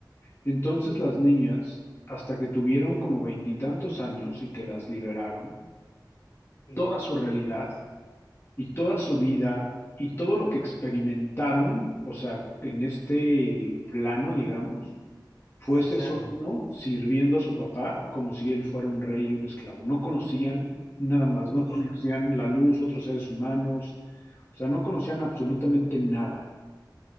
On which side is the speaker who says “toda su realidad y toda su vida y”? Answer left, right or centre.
Left